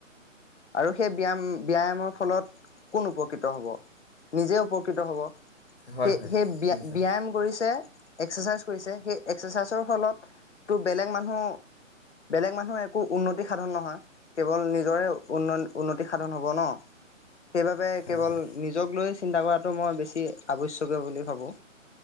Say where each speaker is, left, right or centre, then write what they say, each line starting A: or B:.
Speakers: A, on the left (about 60°); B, on the left (about 45°).
A: আৰু সেই ব্যায়াম, ব্য ব্যায়ামৰ ফলত কোন উপকৃত হ'ব? নিজে উপকৃত হ'ব।
B: হয়
A: সেই,
B: হয়
A: সেই ব্যায়াম
B: নিশ্চয়
A: কৰিছে, এক্সাৰচাইজ কৰিছে, সেই এক্সাৰচাইজৰ ফলত বেলেগ মানুহ, বেলেগ মানুহৰ একো উন্নতি সাধন নহয়। কেৱল নিজৰেই উন, উন্নতি সাধন হ'ব ন, সেইবাবে
B: হয়
A: কেৱল
B: হয়
A: নিজক লৈ চিন্তা কৰাটো মই বেছি আৱশ্যকীয় বুলি ভাবোঁ।